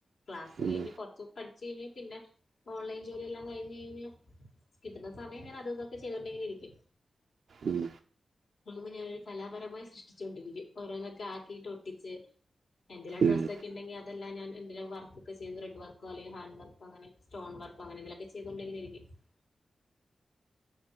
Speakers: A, on the left; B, on the right.
A: ക്ലാസ്
B: ഉം,
A: കിഞ്ഞ്കൊറച്ച് പഠിച്ച് കഴിഞ്ഞ് പിന്നെ ഓൺലൈൻ ജോലിയെല്ലാം കഴിഞ്ഞു കഴിഞ്ഞ് കിട്ടുന്ന സമയം ങ്ങനെ അത് ഇത് ഇതൊക്കെ ചെയ്‌തോണ്ട്ഇങ്ങനെ ഇരിക്കും.
B: ഉം
A: മുമ്പ് ഞാനൊരു കലാപരമായി സൃഷ്ടിച്ചുകൊണ്ടിരിക്കും ഓരോന്നൊക്കെ ആക്കിട്ട് ഒട്ടിച്ച്. എന്തെങ്കിലും ഡ്രസ്ഒക്കെ
B: ഉം.
A: ഉണ്ടെങ്കിൽ അതെല്ലാം ഞാൻ എന്തേലും വർക്ക് ഒക്കെ ചെയ്ത് റെഡ് വർക്ക് <unintelligible> അല്ലെങ്കിൽ ഹാൻഡ് വർക്കോ അങ്ങനെ സ്റ്റോൺ വർക്കോ അങ്ങനെ എന്തേലൊക്കെ ചെയ്തോണ്ട് ഇങ്ങനെ ഇരിക്കും. <inaudible>